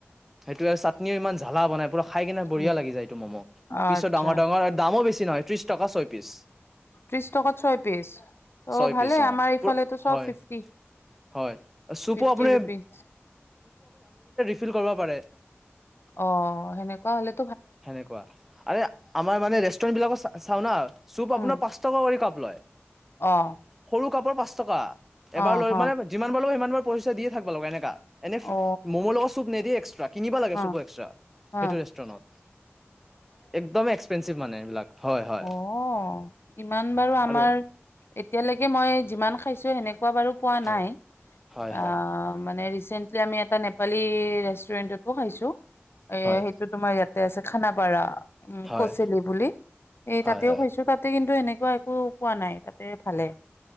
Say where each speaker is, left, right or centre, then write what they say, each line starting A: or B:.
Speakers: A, in the centre; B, on the left.
A: সেইটোৱে চাটনিও ইমান জালা বনাই পুৰা খায় কেনে বঢ়িয়া
B: উম
A: লাগি যায় এইটো ম'ম।
B: আচ্ছা
A: পিচো ডাঙৰ, ডাঙৰ আৰু দামো বেছি। নহয়, ত্ৰিশ টকা ছয় পিছ।
B: ত্ৰিশ টকাত ছয় পিচ। অ'
A: ছয়
B: ভালে
A: পিচ
B: আমাৰ এফালেটো
A: পুৰা
B: চব
A: হয়
B: ফিফটি,
A: হয় চুপো
B: ফিফটি
A: আপুনি
B: ৰুপিচ।
A: ফিল কৰিব পাৰে।
B: অ সেনেকুৱা হ'লে।
A: সেনেকুৱা, আৰে আমাৰ মানে ৰেষ্টুৰেন্ট বিলাকৰ চা ছাওনা চুপ
B: উম
A: আপোনাৰ পাঁচ টকা কৰি কাপ। লয়।
B: অ'
A: সৰু কাপৰ পাঁচ টকা। এবাৰ
B: অ
A: লৈ
B: হ
A: মানে, যিমান বাৰ লৈ সিমান বাৰ পইচা দিয়ে থাকব লগা এনেকা। এনে,
B: অ
A: ম'ম লগত চুপ নিদিয়ে। <unintelligible> কিনিব লাগে
B: হ
A: চুপো এক্সট্ৰা,
B: হ
A: সেইটো ৰেষ্টুৰেণ্টত। একদম এক্সপেনঞ্চিভ মানে, এইবিলাক। হয় হয়
B: অঁ! ইমান বাৰু আমাৰ
A: আৰু
B: এতিয়ালেকে মই যিমান পাইছো তেনেকুৱা মই বাৰু পোৱা
A: হয়
B: নাই।
A: হয়
B: অ
A: হয়
B: মানে ৰিচ তেন্তে আমি এটা নেপালি ৰেষ্ট। ৰেনডটো খাইছো। এ'
A: হয়
B: সেইটো তোমাৰ ইয়াতে আছে খানাপাৰা উম
A: হয়
B: কচেলি বুলি। এই
A: হয়
B: তাতেই
A: হয়
B: শুইছো তাতেই। কিন্তু এনেকুৱা একো পোৱা নাই তাতে ভালেই।